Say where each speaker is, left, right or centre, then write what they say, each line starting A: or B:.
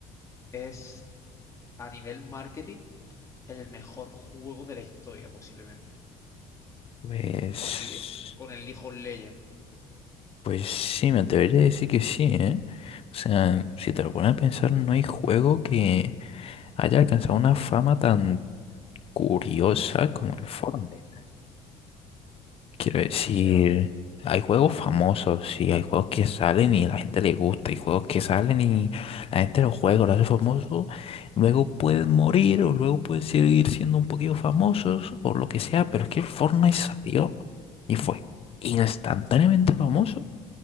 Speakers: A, on the left; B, on the left.
A: es a nivel marketing el mejor juego de la historia posiblemente.
B: Pues,
A: con el, hijo con el League of Legends.
B: pues sí, me atrevería a decir que sí, ¿eh? O sea, si te lo pones a pensar, no hay juego que haya alcanzado una fama tan curiosa como el Fortnite. Quiero decir,
A: O sea,
B: hay juegos famosos y hay juegos que salen y la gente le gusta, hay juegos que salen y la gente los juega, los hace famosos, luego pueden morir o luego pueden seguir siendo un poquito famosos o lo que sea, pero es que el Fortnite salió y fue instantáneamente famoso